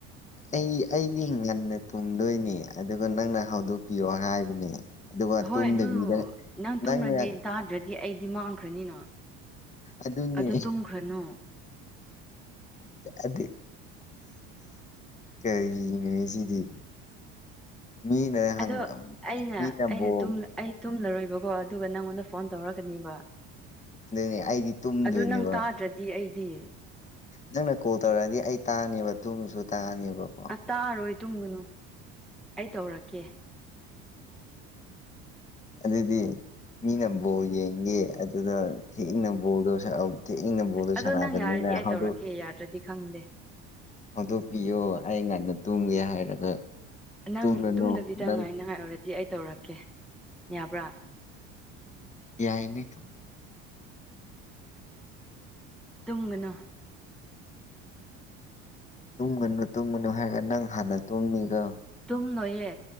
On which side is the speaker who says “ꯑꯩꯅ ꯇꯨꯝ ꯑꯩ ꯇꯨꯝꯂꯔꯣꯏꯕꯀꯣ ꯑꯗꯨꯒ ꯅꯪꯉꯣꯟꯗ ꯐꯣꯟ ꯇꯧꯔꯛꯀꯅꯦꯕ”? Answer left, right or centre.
Centre